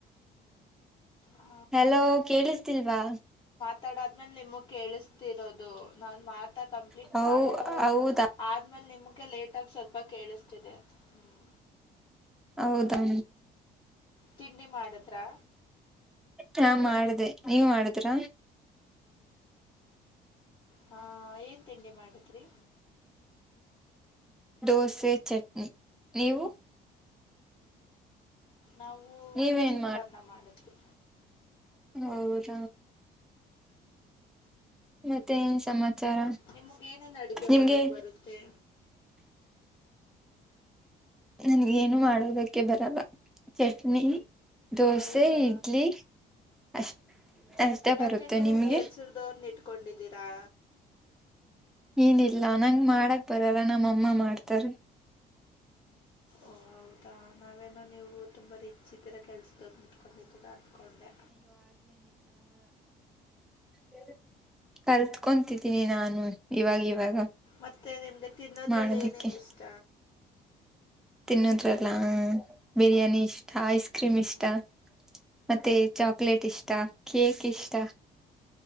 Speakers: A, on the left; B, in the centre.
A: ಆ,
B: ಹಲೋ ಕೇಳಿಸ್ತಿಲ್ವಾ
A: ಒತ್ತಡ ಆದ್ಮೇಲೆ ನಿಮಗ್ ಕೇಳಿಸ್ತಿರೋದು ನಾನು ಮಾತ ಕಂಪ್ಲೀಟ್
B: ಹೌ
A: ಮಾಡೋ
B: ಹೌದಾ
A: ಆದ ಅೆ ಲೇಟ್ ಆಗ ಸ್ವಲ್ಪ ಕೇಳಿಸ್ತಿದೆ ಹ್ಮ್.
B: ಹೌದಾ
A: ತಿಂಡಿ ಮಾಡುದ್ರ
B: ಹಾ ಮಾಡ್ದೆ ನೀವ್ ಮಾಡಿದ್ರ
A: ಹಾ ಏನ್ ತಿಂಡಿ ಮಾಡಿದ್ರರಿ
B: ದೋಸೆ ಚಟ್ನಿ ನೀವು
A: ನಾವು
B: ನೀವೇನ್
A: ಚಿತ್ರಾನ್ನ ಮಾಡಿದ್ವಿ
B: ಹೌದ ಮತ್ತೆ ಏನ್ ಸಮಾಚಾರ
A: ನಿಮಗೆ ಏನೇನು ಅಡುಗೆ
B: ನಿಮ್ಗೆ
A: ಮಾಡಕ್ ಬರುತ್ತೆ
B: ನನ್ಗ ಏನು ಮಾಡೋದಕ್ಕೆ ಬರಲ್ಲ ಚಷ್ಟ ನೀ ದೋಸೆ
A: ಹೌದಾ
B: ಇಡ್ಲಿ ಅಷ್ಟ ಅಷ್ಟ
A: ಯಾಕೆ
B: ಬರುತ್ತೆ
A: ನೀವು
B: ನಿಮ್ಗೆ
A: ಕೆಲ್ಸದವ್ರನ್ನ ಇಟ್ಕೊಂಡಿದ್ದೀರಾ
B: ಏನಿಲ್ಲ ನಂಗ ಮಾಡಕ್ ಬರಲ್ಲ ನಮ್ಮಅಮ್ಮ ಮಾಡ್ತಾರ
A: ಓ ಹೌದಾ ನಾವೆಲ್ಲ ನೀವು ತುಂಬಾ ರಿಚ್ ಇದ್ರ ಕೆಲ್ಸದವ್ರ ಇಟ್ಕೊಂಡಿದರ ಅನ್ಕೊಂಡೆ
B: ಹ ಕರ್ತ್ಕೊಂತಿದ್ದೀನಿ ನಾನು ಇವಾಗ ಇವಾಗ
A: ಮತ್ತೆ ನಿಮಗೆ ತಿನ್ನೋದ್ರಲ್ಲಿ
B: ಮಾಡೋದಿಕ್ಕೆ
A: ಏನೇನು ಇಷ್ಟ
B: ತಿನ್ನೋದ್ರಲ್ಲ ಹ ಬಿರಿಯಾನಿ ಇಷ್ಟ ಐಸ್ ಕ್ರೀಮ್
A: ಹ್ಮ್
B: ಇಷ್ಟ ಮತ್ತೆ ಚಾಕ್ಲೇಟ್ ಇಷ್ಟ ಕೇಕ್ ಇಷ್ಟ